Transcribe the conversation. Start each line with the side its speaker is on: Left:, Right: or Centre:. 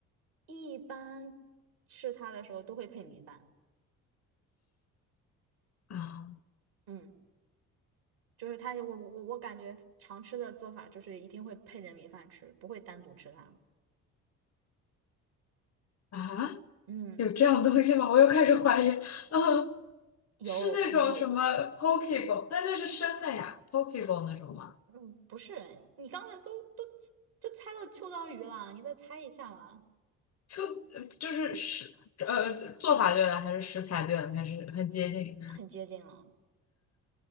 Right: 一般吃它的时候都会配米饭。
Left: 啊
Right: 嗯，就是它，我我我感觉常吃的做法就是一定会配着米饭吃，不会单独吃它。
Left: 啊，
Right: 嗯，
Left: 有这样东西吗？
Right: 就是
Left: 我又开始怀疑。嗯，
Right: 有有。
Left: 是那种什么 pokeball，但那是生的呀，pokeball 那种吗？
Right: 嗯，不是，你刚才都都就猜到秋刀鱼了，你再猜一下嘛，
Left: 就就是食呃做法对了，还是食材对了，还是很接近。
Right: 很接近了。